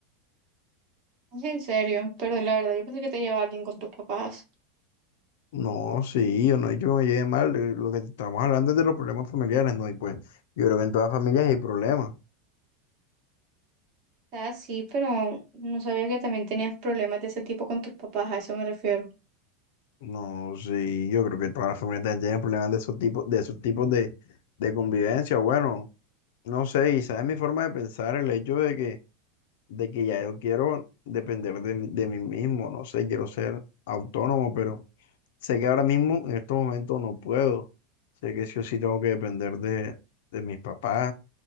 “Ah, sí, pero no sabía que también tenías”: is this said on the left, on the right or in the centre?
Right